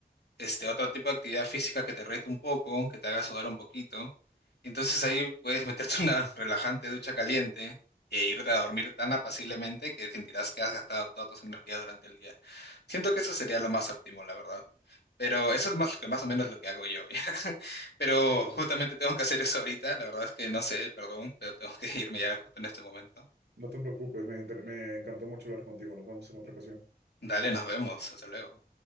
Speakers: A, on the left (about 80°); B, on the right (about 90°).
A: este otro tipo de actividad física que te rete un poco, que te haga sudar un poquito. Entonces ahí puedes meterte <laughs> una relajante ducha caliente e irte a dormir tan apaciblemente que sentirás que has gastado toda tu energía durante el día. Siento que eso sería lo más óptimo, la verdad. Pero eso es más lo que más o menos lo que hago yo. <laughs> Pero
B: Claro,
A: justamente tengo que hacer eso ahorita. La verdad es que no sé, perdón, pero tengo que <laughs> irme ya justo en este momento.
B: no te preocupes, me, inter- me encantó mucho hablar contigo. Nos vemos en otra ocasión.
A: Dale, nos vemos. Hasta luego.